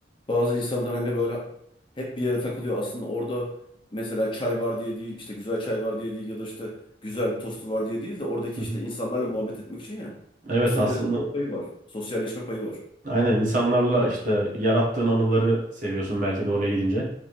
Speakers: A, on the left; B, on the right.
A: Bazı insanlar hani böyle hep bir yere takılıyor. Aslında orada mesela çay var diye değil, işte güzel çay var diye değil ya da işte güzel tostu var diye değil de oradaki
B: Hı hı.
A: işte insanlarla muhabbet etmek için ya.
B: Evet
A: Aslında
B: aslında
A: biraz da payı var. Sosyalleşme payı var.
B: aynen insanlarla işte yarattığın anıları seviyorsun belki de oraya gidince.